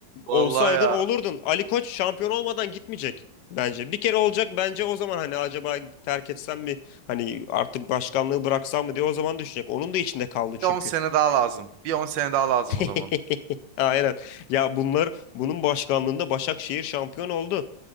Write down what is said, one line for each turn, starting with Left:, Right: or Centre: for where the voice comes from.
Right: Vallahi
Left: Olsaydın
Right: ya.
Left: olurdun. Ali Koç şampiyon olmadan gitmeyecek bence. Bir kere olacak bence o zaman hani acaba terk etsem mi? Hani artık başkanlığı bıraksam mı diye o zaman düşünecek. Onun da içinde kaldı çünkü.
Right: Bir 10 sene daha lazım. Bir on sene daha lazım
Left: <laughs>
Right: o zaman.
Left: Aynen. Ya bunlar bunun başkanlığında Başakşehir şampiyon oldu.